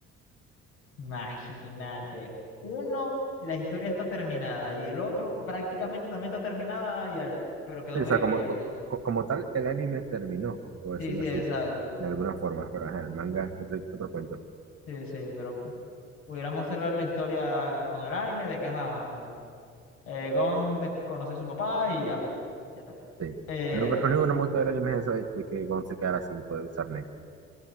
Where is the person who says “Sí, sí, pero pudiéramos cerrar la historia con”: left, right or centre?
Left